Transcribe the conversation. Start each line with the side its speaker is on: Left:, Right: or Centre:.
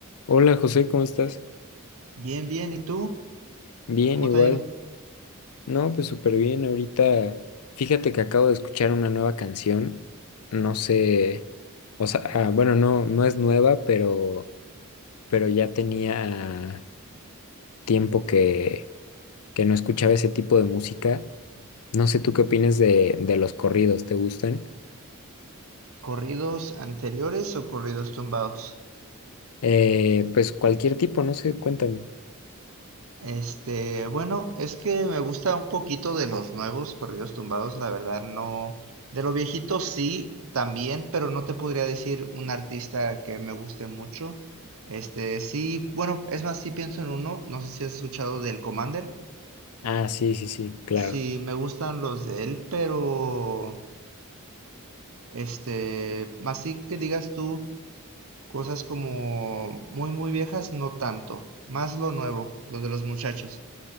Left: Hola José, ¿cómo estás?
Right: Bien, bien, ¿y tú?
Left: Bien,
Right: ¿Cómo
Left: igual.
Right: te ha ido?
Left: No, pues súper bien. Ahorita, fíjate que acabo de escuchar una nueva canción. No sé, o sea, ah, bueno, no, no es nueva, pero, pero ya tenía tiempo que, que no escuchaba ese tipo de música. No sé, ¿tú qué opinas de, de los corridos? ¿Te gustan?
Right: ¿Corridos anteriores o corridos tumbados?
Left: Eh, pues cualquier tipo, no sé, cuéntame.
Right: Este, bueno, es que me gusta un poquito de los nuevos corridos tumbados, la verdad no. De lo viejito sí, también, pero no te podría decir un artista que me guste mucho. Este, sí, bueno, es más, sí pienso en uno, no sé si has escuchado del Commander.
Left: Ah, sí, sí, sí, claro.
Right: Sí, me gustan los de él, pero este, más sí que digas tú. Cosas como muy, muy viejas, no tanto. Más lo nuevo, lo de los muchachos.